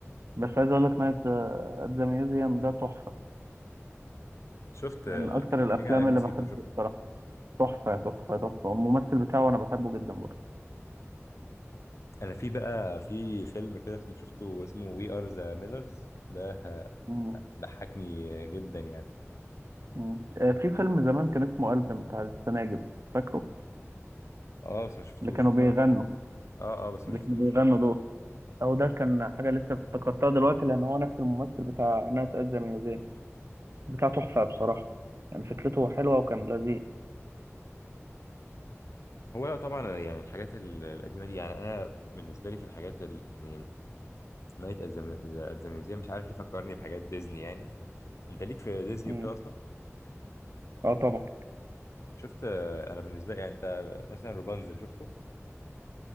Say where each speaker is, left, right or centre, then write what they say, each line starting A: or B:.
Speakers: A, on the right; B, on the left.
A: بس عايز اقول لك نايت ات ذا ميوزيوم ده تحفه
B: شفت
A: من
B: آه،
A: اكتر
B: كان
A: الافلام
B: بيجي على ام
A: اللي
B: بي سي
A: بحبه
B: 2 شفت
A: بصراحه تحفه تحفه تحفه الممثل بتاعه انا بحبه جدا برضه
B: انا في بقى في فيلم كده اسمه شفته اسمه وي ار ذا ميلرز ده آه،
A: مم.
B: لا، ضحكني جدا يعني
A: مم. آه، في فيلم زمان كان اسمه ألفين بتاع السناجب فاكره
B: اه بس ما شفتوش
A: اللي كانوا
B: بصراحة
A: بيغنوا
B: اه اه بس
A: اللي
B: ما شفتوش
A: كانوا بيغنوا دول او ده كان حاجه لسه افتكرتها دلوقتي لان هو نفس الممثل بتاع نايت ات ذا ميوزيوم بتاع تحفه بصراحه يعني فكرته حلوه وكان لذيذ
B: هو أنا طبعا أنا يعني الحاجات ال- القديمه دي يعني انا بالنسبه لي في الحاجات ال- يعني نايت ات ذا ميوزيوم مش عارف ليه فكرني بحاجات ديزني يعني انت ليك في ديزني
A: مم.
B: وكده اصلا
A: اه طبعا
B: شفت آه، انا بالنسبه لي يعني انت مثلا روبانزل شفته